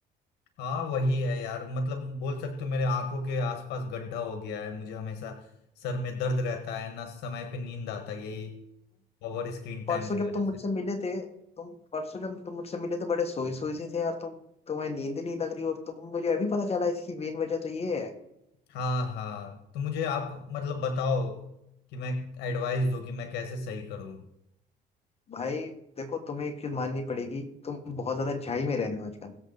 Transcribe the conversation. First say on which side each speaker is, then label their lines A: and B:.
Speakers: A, on the left; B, on the left.
A: हाँ वही है यार मतलब बोल सकते हो मेरे आंखों के आसपास गड्ढा हो गया है मुझे हमेशा सर में दर्द रहता है ना समय पे नींद आता है यही ओवर स्क्रीन टाइम
B: परसों
A: की
B: जब
A: वजह
B: तुम मुझसे
A: से
B: मिले थे तुम परसों जब तुम मुझसे मिले थे बड़े सोई सोई से थे यार तुम तुम्हें नींद नहीं लग रही और तुम मुझे अभी पता चला इसकी मेन वजह तो ये है
A: हाँ हाँ तो मुझे आप मतलब बताओ कि मैं एडवाइस दो कि मैं कैसे सही करूं
B: भाई देखो तुम्हें एक चीज माननी पड़ेगी तुम बहुत ज्यादा झाई में रह रहे हो आजकल